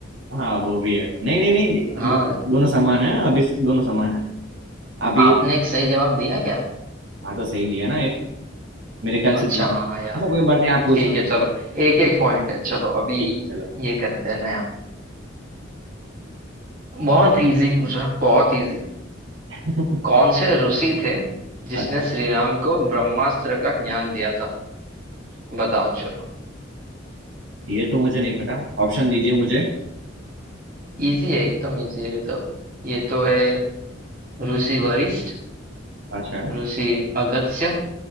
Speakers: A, on the right; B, on the right.
A: हाँ वो भी है नहीं नहीं नहीं
B: हाँ
A: दोनों दोनों समान है अभी स- दोनों समान है आप ये
B: आपने एक सही जवाब दिया क्या
A: हाँ तो सही दिया ना एक मेरे ख्याल
B: अच्छा
A: से दिया
B: हाँ
A: अच्छा
B: यार
A: कोई बात नहीं आप पूछ
B: ठीक
A: लो
B: है चलो एक एक पॉइंट है चलो अभी
A: ठीक है, चलो
B: ये करते हैं नया बहुत इजी पूछ रहा हूँ बहुत इजी
A: <laughs>
B: कौन से ऋषि थे जिसने
A: अच्छा
B: श्री राम को ब्रह्मास्त्र का ज्ञान दिया था बताओ चलो
A: ये तो मुझे नहीं पता ऑप्शन दीजिए मुझे
B: इजी है एकदम इजी है ये तो ये तो है ऋषि वशिष्ठ
A: अच्छा
B: ऋषि अगस्त्य